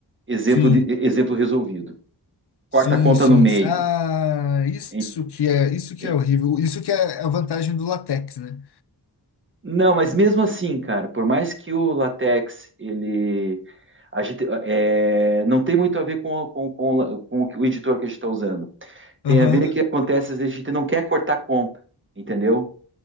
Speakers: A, on the right; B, on the left.
A: Exemplo
B: Sim,
A: de, exemplo resolvido. Corta
B: sim,
A: a conta
B: sim.
A: no meio.
B: Ah, isso
A: E-
B: que é, isso que
A: e-
B: é horrível. Isso que é a vantagem do latex, né?
A: Não, mas mesmo assim, cara, por mais que o latex, ele. A gente, é, não tem muito a ver com, com, com, o la- com o que- o editor que a gente está usando. Tem
B: Aham.
A: a ver que acontece, às vezes a gente não quer cortar conta, entendeu?